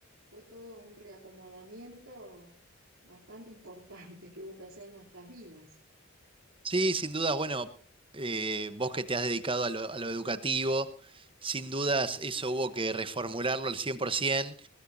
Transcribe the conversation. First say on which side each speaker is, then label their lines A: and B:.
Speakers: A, on the right (about 80°); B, on the right (about 25°).
A: fue todo un reacomodamiento bastante importante que hubo que hacer en nuestras vidas.
B: sí, sin dudas, bueno, eh, vos que te has dedicado a lo, a lo educativo, sin dudas eso hubo que reformularlo al 100%.